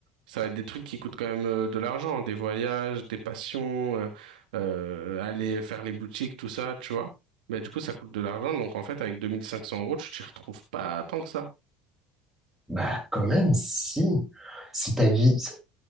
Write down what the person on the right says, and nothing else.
ça va être des trucs qui coûtent quand même euh, de l'argent, des voyages, des passions, euh, euh, aller faire les boutiques, tout ça, tu vois. Mais du coup, ça coûte de l'argent. Donc en fait, avec 2500 euros, tu t'y retrouves pas tant que ça.